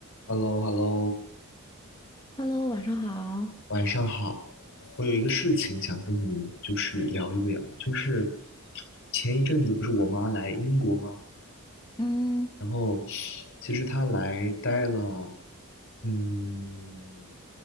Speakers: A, on the left (about 60°); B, on the left (about 20°).
A: h e l l o h e l l o
B: Hello，晚上好。
A: 晚上好。我有一个事情想跟你就是聊一聊，就是前一阵子不是我妈来英国吗？
B: 嗯，
A: 然后其实她来待了，嗯，